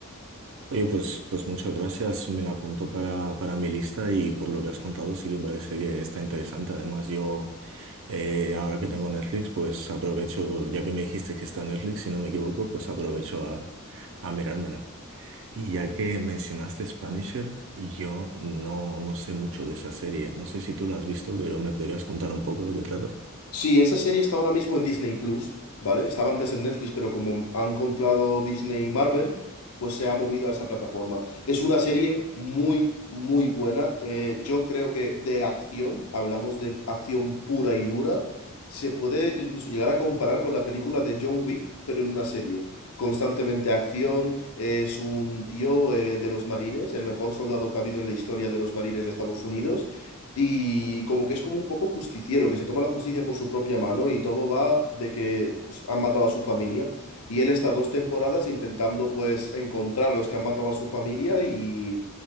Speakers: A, on the right (about 60°); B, on the left (about 85°).
A: Oye, pues, pues muchas gracias. Me la apunto para, para mi lista y por lo que has contado sí que parece que está interesante. Además, yo... Eh, ahora que tengo Netflix, pues aprovecho, ya que me dijiste que está Netflix, si no me equivoco, pues aprovecho a, a mirármela. Y ya que mencionaste Spanisher, y yo no, no sé mucho de esa serie. No sé si tú la has visto, pero me podrías contar un poco lo que trata.
B: Sí, esa serie está ahora mismo en Disney Plus, ¿vale? Estaba antes en Netflix, pero como han comprado Disney y Marvel, pues se ha movido a esa plataforma. Es una serie muy, muy buena. Eh, yo creo que de acción, hablamos de acción pura y dura, se puede incluso llegar a comparar con la película de John Wick, pero en una serie. Constantemente acción, es un tío eh, de los marines, el mejor soldado que ha habido en la historia de los marines de Estados Unidos y como que es como un poco justiciero, que se toma la justicia por su propia mano y todo va de que pues, han matado a su familia. Y él está dos temporadas intentando pues encontrar a los que han matado a su familia y